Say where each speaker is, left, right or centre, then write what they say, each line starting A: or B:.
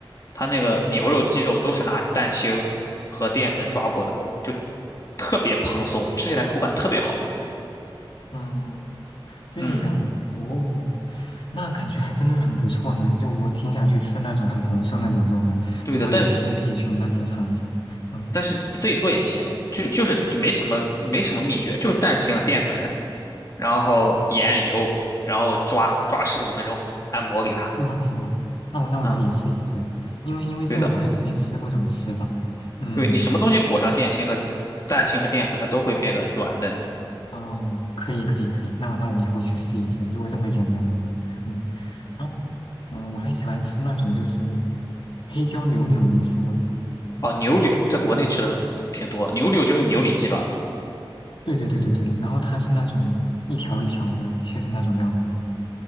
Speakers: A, on the left; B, on the left.
A: 他那个牛肉、鸡肉都是拿蛋清和淀粉抓过的，
B: 嗯
A: 就特别蓬松，吃起来口感特别好。
B: 嗯，这样啊，
A: 嗯。
B: 哦，那感觉还真的很不错呢。就我挺想去吃那种很蓬松的牛肉的，
A: 对的，
B: 如果有机会可以去你那边尝一尝。
A: 但是
B: 嗯
A: 但是你自己做也行，就就是没什么没什么秘诀，
B: 嗯，
A: 就是蛋清、淀粉，然后盐、油，然后抓抓十五分钟，按摩给它。
B: 是吗？是吗？那我那我自己试一试，
A: 嗯，
B: 因为因为这个我还真没吃过这种吃法。
A: 对的，
B: 嗯
A: 对你什么东西裹上蛋清和蛋清和淀粉，它都会变得软嫩的。
B: 嗯，可以可以可以，那我那我以后去试一试，如果这么简单的话，嗯。然后，嗯，我还喜欢吃那种就是黑椒牛柳，你吃过没？
A: 哦，牛柳在国内吃的挺多，牛柳就是牛里脊吧？
B: 对对对对对，然后它是那种一条一条的切成那种样子，